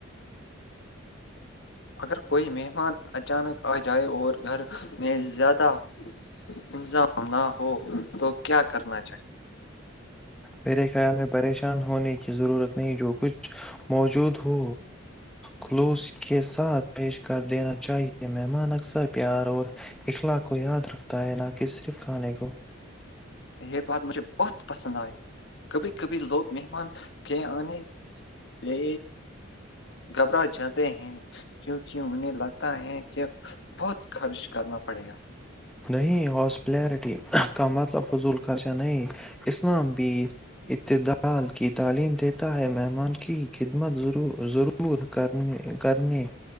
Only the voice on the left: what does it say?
اگر کوئی مہمان اچانک آ جائے اور گھر میں زیادہ انظام نہ ہو تو کیا کرنا چاہیے
یہ بات مجھے بہت پسند آئی کبھی کبھی لوگ مہمان کے آنے سے گھبرا جاتے ہیں کیونکہ انہیں لگتا ہے کہ بہت خرچ کرنا پڑے گا